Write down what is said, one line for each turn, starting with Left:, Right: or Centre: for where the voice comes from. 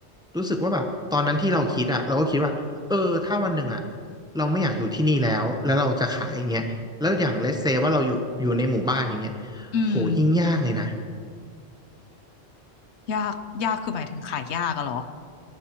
Centre: รู้สึกว่าแบบตอนนั้นที่เราคิดอะเราก็คิดว่าเออถ้าวันหนึ่งอะเราไม่อยากอยู่ที่นี่แล้วแล้วเราจะขายอย่างเงี้ยแล้วอย่างเลสเซว่าเราอยู่อยู่ในหมู่บ้านอย่างเงี้ย
Left: อืม
Centre: โหยิ่งยากเลยนะ
Left: ยากยากคือหมายถึงขายยากอะเหรอ